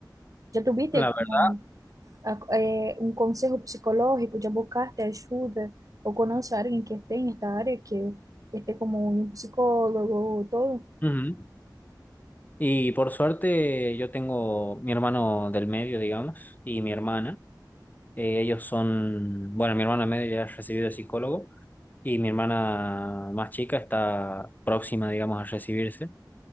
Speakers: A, on the right; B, on the left.
A: ¿Ya tuviste
B: La verdad.
A: como a- eh, um conselho psicológico, de buscaste ajuda ou conhece alguém que esteja en esta área, que esté como um psicólogo todo?
B: Ujú. Y por suerte yo tengo mi hermano del medio, digamos, y mi hermana. Eh, ellos son, bueno, mi hermana medio ya ha recibido de psicólogo y mi hermana más chica está próxima, digamos, a recibirse.